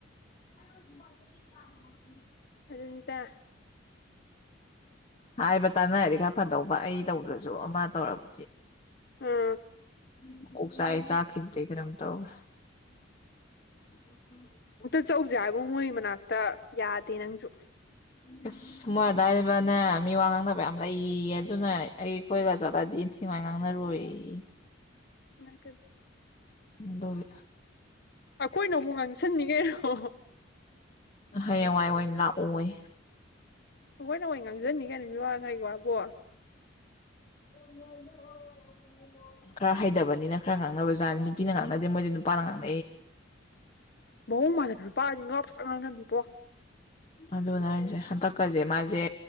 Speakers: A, on the left; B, on the left.
A: ꯁ ꯆꯥꯔ <inaudible>
B: ꯑꯗꯨꯅꯤꯗ
A: ꯍꯥꯏꯕ ꯇꯥꯅꯔꯗꯤ ꯈꯔ ꯐꯗꯧꯕ ꯑꯩ ꯇꯧꯗ꯭ꯔꯁꯨ ꯑꯃ ꯇꯧꯔꯕꯨꯗꯤ
B: ꯑꯥꯝ
A: ꯃꯀꯣꯛ ꯆꯛꯑꯦ ꯆꯛꯈꯤꯕꯗꯒꯤ ꯀꯩꯅꯣꯝ ꯇꯧꯔꯦ ꯝ <inaudible>
B: ꯆꯧꯖꯦ ꯍꯥꯏꯕꯕꯨ ꯃꯣꯏ ꯃꯅꯛꯇ ꯌꯗꯦ ꯅꯪꯁꯨ
A: ꯎꯝ <inaudible> ꯑꯁ ꯃꯣꯏ ꯑꯗꯏꯋꯥꯏꯕꯅꯦ ꯃꯤ ꯋꯥ ꯉꯥꯡꯅꯕ ꯌꯥꯝ ꯂꯩꯌꯦ ꯑꯗꯨꯅ ꯑꯩ ꯑꯩꯈꯣꯏꯒ ꯆꯠꯂꯗꯤ ꯏ ꯊꯤꯉꯥꯏ ꯉꯥꯡꯅꯔꯣꯏ ꯌꯦ
B: ꯃꯥ ꯀ <inaudible>
A: ꯑꯗꯨꯒꯤꯥꯗ
B: ꯑꯩꯈꯣꯏꯅ ꯑꯃꯨꯛ ꯉꯥꯡꯁꯟꯅꯤ ꯀꯩꯅꯣ
A: ꯍꯌꯦꯡꯋꯥꯏ ꯑꯣꯏꯅ ꯂꯥꯛꯎꯏ
B: ꯍꯈꯣꯏꯅ ꯑꯣꯏ ꯉꯥꯡꯖꯅꯤ ꯀꯩꯅꯣ ꯃꯤꯋꯥ ꯉꯩ ꯋꯥꯕꯣ
A: ꯎ <inaudible> ꯈꯔ ꯍꯥꯏꯗꯕꯅꯤꯅ ꯈꯔ ꯉꯥꯡꯅꯕꯖꯠꯅꯤ ꯅꯨꯄꯤꯅ ꯉꯥꯡꯅꯗꯦ ꯃꯣꯏꯗꯤ ꯅꯨꯄꯥꯅ ꯉꯥꯡꯅ
B: ꯃꯑꯣꯡ ꯃꯥꯟꯗꯅ ꯅꯨꯨꯄꯥꯖꯤ ꯃꯤꯋꯥ ꯐꯖꯟ ꯉꯥꯡꯅꯕꯅꯤꯕꯣ
A: ꯑꯗꯨꯅ ꯍꯥꯏꯁꯦ ꯍꯟꯗꯛꯀꯁꯦ ꯃꯥꯁꯦ